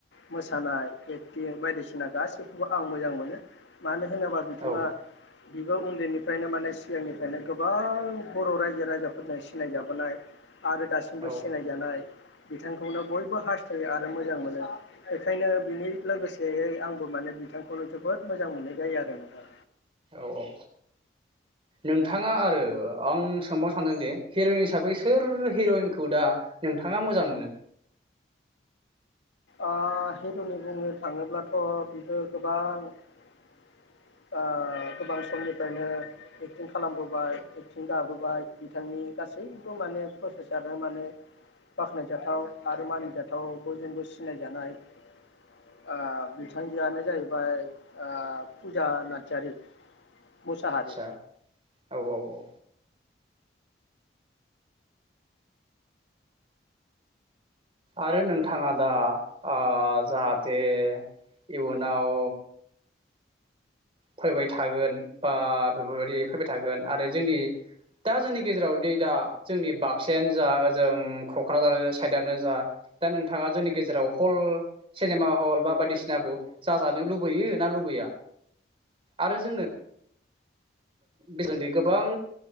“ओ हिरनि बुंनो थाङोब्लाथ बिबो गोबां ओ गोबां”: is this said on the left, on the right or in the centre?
Left